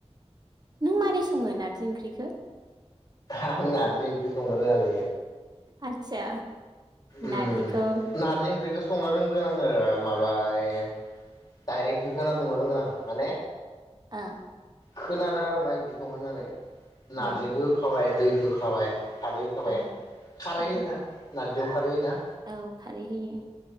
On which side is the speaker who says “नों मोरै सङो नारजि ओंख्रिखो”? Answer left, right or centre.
Right